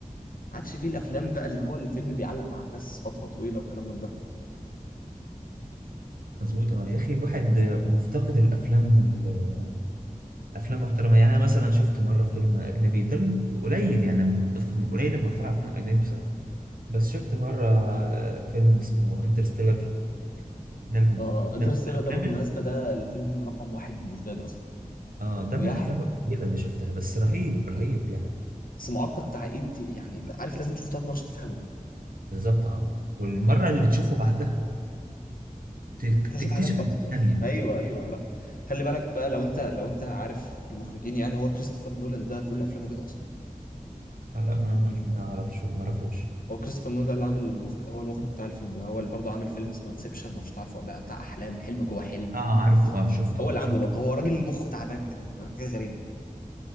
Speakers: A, on the left (about 80°); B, on the right (about 85°).
A: ما عادش فيه الافلام بقى اللي هو الفيلم اللي بيعلق مع الناس فترة طويلة وكلام من ده
B: مظبوط اه يا اخي الواحد مفتقد الافلام ال- افلام محترمه يعني انا مثلا شفت مره فيلم اجنبي ده قليل يعني بتف- قليل لما اتفرج على فيلم اجنبي بصراحه بس شفت مره آه، فيلم اسمه انترستيلر ده ال-
A: اه
B: ده
A: انترستيلر
B: من الافلام
A: ده بالمناسبة
B: ال-
A: ده الفيلم رقم واحد بالنسبة لي اصلا
B: اه ده
A: مجاحد
B: من الافلام القليله اللي شفتها بس رهيب رهيب يعني
A: بس معقد التعقيد دي يعني عارف لازم تشوفه ثلاث مرات عشان تفهمه
B: بالظبط اه والمره اللي تشوفه بعدها ت-
A: انت شايف
B: تكتشف
A: حاجات اكتر
B: حاجات تانية
A: ايوه ايوه لا خلي بالك بقى لو انت لو انت عارف المخرجين يعني هو كريستوفر نولان ده كل افلامه كده
B: اه لا ما ما ما اعرفش ما اعرفوش
A: هو كريستوفر نولان اللي عامل المخرج هو المخرج بتاع الفيلم ده هو اللي برضه عامل فيلم اسمه انسبشن ما اعرفش تعرفه ولا لا بتاع احلام حلم جوه حلم
B: اه عارفه اه شفته
A: هو اللي
B: شفته
A: عامله برضه هو راجل مخه تعبان كده فاهم؟ حاجه غريبه